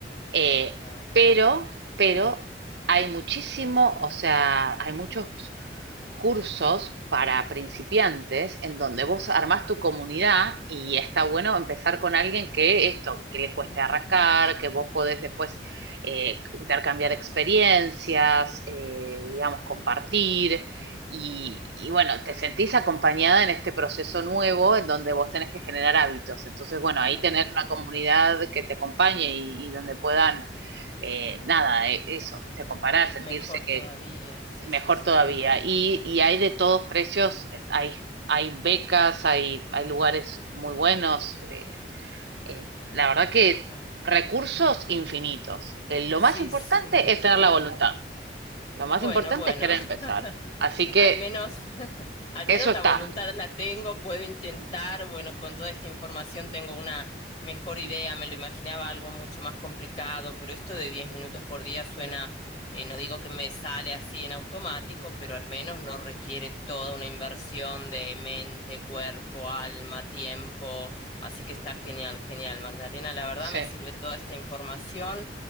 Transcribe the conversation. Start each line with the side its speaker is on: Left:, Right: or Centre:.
Right: eh,
Left: dale.
Right: pero, pero hay muchísimo, o sea, hay muchos cursos para principiantes en donde vos armás tu comunidad y está bueno empezar con alguien que esto, que le cueste
Left: Ah,
Right: arrancar, que vos podés después eh, intercambiar experiencias, eh, digamos, compartir. Y, y bueno, te sentís acompañada en este proceso nuevo en donde vos tenés que generar hábitos. Entonces, bueno,
Left: claro.
Right: ahí tener una comunidad que te acompañe y, y donde puedan, eh, nada, eh, eso, te comparar, sentirse
Left: Mejor todavía,
Right: que,
Left: sí,
Right: mejor
Left: sí, sí,
Right: todavía. Y, y hay de todos precios, hay, hay becas, hay, hay lugares muy buenos. eh, eh, la verdad que
Left: claro.
Right: recursos infinitos. Eh, lo
Left: Sí,
Right: más importante
Left: sí, estaba
Right: es tener la voluntad.
Left: bien.
Right: Lo más
Left: Bueno,
Right: importante
Left: bueno,
Right: es querer
Left: <laughs>
Right: empezar. Así que
Left: Al menos, <laughs> al
Right: eso
Left: menos
Right: está.
Left: la voluntad la tengo, puedo intentar, bueno, con toda esta información tengo una mejor idea, me lo imaginaba algo mucho más complicado, pero esto de 10 minutos por día suena, eh, no digo que me sale así en automático, pero al menos no requiere toda una inversión de mente, cuerpo, alma, tiempo, así que está genial, genial, Magdalena, la verdad
Right: Sí,
Left: me sirve toda esta información.